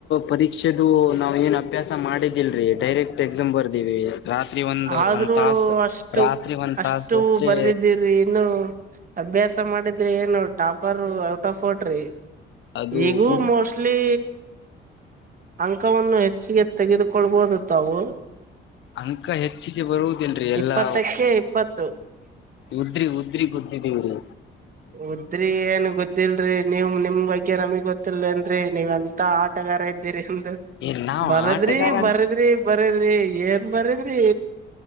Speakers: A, on the left (about 70°); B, on the right (about 45°).
A: ಪರೀಕ್ಷ ದು ನಾವ್ ಏನ್ ಅಭ್ಯಾಸ ಮಾಡಿದಿಲ್ರಿ ಡೈರೆಕ್ಟ್ ಎಕ್ಸಾಮ ಬರ್ದೀವಿ ರಾತ್ರಿ ಒಂದ
B: ಆದ್ರೂ
A: ಒಂದ್ ತಾಸ
B: ಅಷ್ಟು
A: ರಾತ್ರಿ ಒಂದ್
B: ಅಷ್ಟು
A: ತಾಸ ಅಷ್ಟೇ
B: ಬರ್ದಿದ್ದೀರಿ ಇನ್ನು ಅಭ್ಯಾಸ ಮಾಡಿದ್ರೆ ಏನು ಟಾಪರ್ ಔಟ್ ಆಫ್ ಟ್ರಿ
A: ಅದು
B: ಈಗೂ
A: ಉದ್
B: ಮೋಸ್ಟ್ಲಿ ಅಂಕವನ್ನು ಹೆಚ್ಚಿಗೆ ತೆಗೆದುಕೊಳ್ಬಹುದು ತಾವು
A: ಅಂಕ ಹೆಚ್ಚಿಗೆ ಬರುವುದು ನ ಎಲ್ಲಾ
B: ಇಪ್ಪತ್ತಕ್ಕೆ ಇಪ್ಪತ್ತು
A: ಉದ್ರಿ ಉದ್ರಿ ಗುದ್ದಿದೀವ್ರೀ
B: ಉದ್ರಿ ಏನ್ ಗೊತ್ತಿಲ್ರಿ ನೀಮ್ ನಿಮ್ ಬಗ್ಗೆ ನಮಿಗ್ ಗೊತ್ತ ಗತ್ತಲ್ೇನ್ರಿ ನೀವ್ ಎಂತ ಆಟಗಾರ ಇದ್ದೀರಿ ಅಮ
A: ಏ ನಾವ್
B: ಬರದ್ರಿ
A: ಆಟಗಾರ
B: ಬರದ್ರಿ ಬರದ್ರಿ ಏನ್ ಬರದ್ರಿ